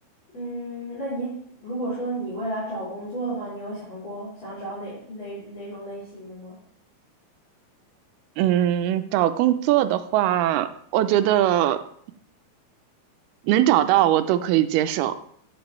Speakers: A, on the left (about 30°); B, on the right (about 85°).
A: 嗯，那你如果说你未来找工作的话，你有想过想找哪哪哪种类型的吗？
B: 嗯，找工作的话，我觉得能找到我都可以接受。